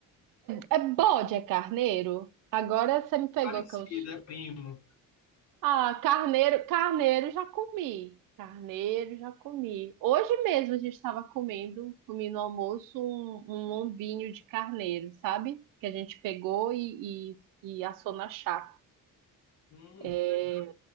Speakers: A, on the right; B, on the left.
A: É bode, é carneiro? Agora você me pegou
B: parecidas,
A: que eu.
B: é primo.
A: Ah, carneiro, carneiro já comi. Carneiro já comi. Hoje mesmo a gente estava comendo, comi no almoço um, um lombinho de carneiro, sabe? Que a gente pegou e, e, e assou na chapa.
B: Hum,
A: É
B: que legal.